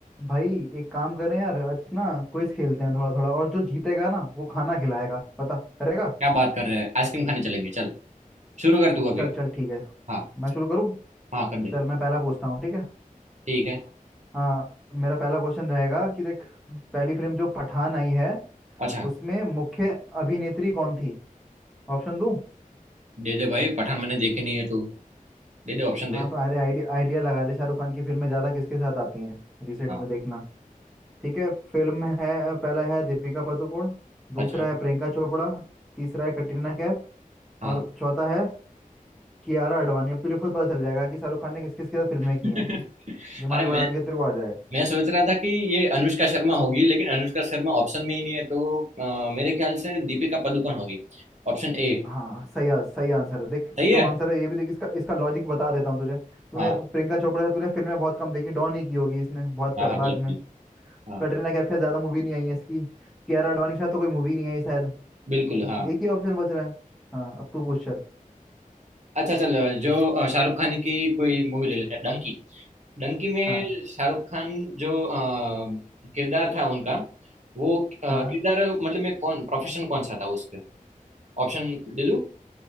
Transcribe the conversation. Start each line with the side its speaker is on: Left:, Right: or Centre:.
Centre: भाई एक काम करें यार आज ना क्विज खेलते हैं थोड़ा थोड़ा और जो जीतेगा ना वो खाना खिलाएगा पता करेगा
Right: क्या बात कर रहे हैं आइसक्रीम खाने चलेंगे चल शुरू कर तू अभी
Centre: चल चल ठीक है
Right: हाँ
Centre: मैं शुरू करूँ
Right: हाँ कर दे
Centre: चल मैं पहला पूछता हूँ ठीक है
Right: ठीक है
Centre: हाँ मेरा पहला क्वेश्चन रहेगा कि देख पहली फिल्म जो पठान आई है
Right: अच्छा
Centre: उसमें मुख्य अभिनेत्री कौन थी ऑप्शन दूँ
Right: दे दे भाई पठान मैंने देखी नहीं है तू दे दे ऑप्शन
Centre: हाँ
Right: दे
Centre: तो अरे आइडिया आइडिया लगा ले शाहरुख खान की फिल्में ज़्यादा किसके साथ आती हैं रिसेंट
Right: हाँ
Centre: में देखना ठीक है फिल्म है पहला है दीपिका पादुकोण दूसरा
Right: अच्छा
Centre: है प्रियंका चोपड़ा तीसरा है कटरीना कैफ
Right: हाँ
Centre: और चौथा है कियारा आडवाणी अब तुझे खुद पता चल जाएगा कि शाहरुख खान ने किस किस के साथ फिल्में की
Right: <laughs>
Centre: हैं दिमाग
Right: अरे मैं
Centre: लगा के तेरे को आ जाएगा
Right: मैं सोच रहा था कि ये अनुष्का शर्मा होगी लेकिन अनुष्का शर्मा ऑप्शन में ही नहीं है तो अ, मेरे ख्याल से दीपिका पादुकोण होगी Option ए
Centre: हाँ सही आ, सही आंसर है देख
Right: सही
Centre: क्यों
Right: है
Centre: आंसर है ये भी देख इसका इसका लॉजिक बता देता हूँ तुझे तूने
Right: हाँ
Centre: प्रियंका चोपड़ा से तूने फिल्में बहुत कम देखी डॉन ही की होगी इसने बहुत
Right: हाँ
Centre: प-
Right: हाँ
Centre: बाद
Right: बिल्कुल
Centre: में
Right: हाँ
Centre: कटरीना कैफ के साथ ज्यादा मूवी नहीं आई है इसकी कियारा आडवाणी के साथ तो कोई मूवी नहीं आई शायद
Right: बिल्कुल
Centre: तो
Right: हाँ
Centre: एक ही ऑप्शन बच रहा है हाँ अब तू पूछ चल
Right: अच्छा चल जो अ, शाहरुख खान की कोई मूवी ले लेते हैं डंकी डंकी में
Centre: हाँ
Right: शाहरुख खान जो अ, किरदार था उनका वो अ,
Centre: हाँ
Right: किरदार मतलब में कौन प्रोफेशन कौन सा था उसके ऑप्शन दे दूं